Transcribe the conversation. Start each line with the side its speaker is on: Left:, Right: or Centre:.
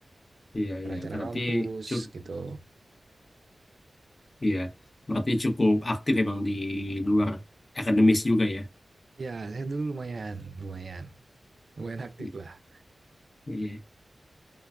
Left: Iya,
Right: Acara-acara
Left: iya. Berarti
Right: kampus
Left: cukup,
Right: gitu.
Left: iya. Berarti cukup aktif emang di luar akademis juga ya.
Right: Ya, saya dulu lumayan, lumayan, lumayan aktif
Left: I-
Right: lah.
Left: Iya.